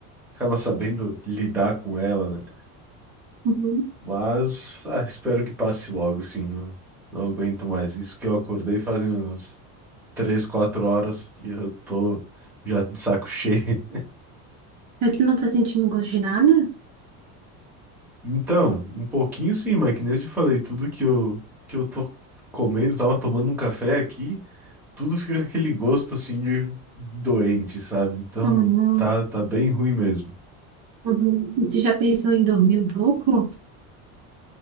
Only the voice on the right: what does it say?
Uhum.
Mas tu não tá sentindo gosto de nada?
Uhum.
Uhum. E Tu já pensou em dormir um pouco?